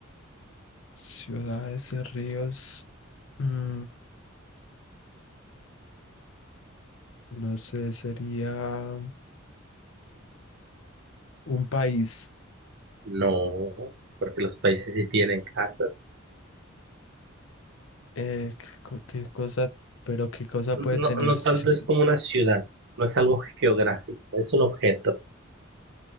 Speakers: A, on the left; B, on the right.
A: Ciudades y ríos, mm, no sé, sería un país.
B: No, porque los países sí tienen casas.
A: Eh, ¿qué, co- qué cosa, pero qué cosa
B: No,
A: puede tener?
B: no
A: ci-
B: tanto es como una ciudad, no es algo geográfico, es un objeto.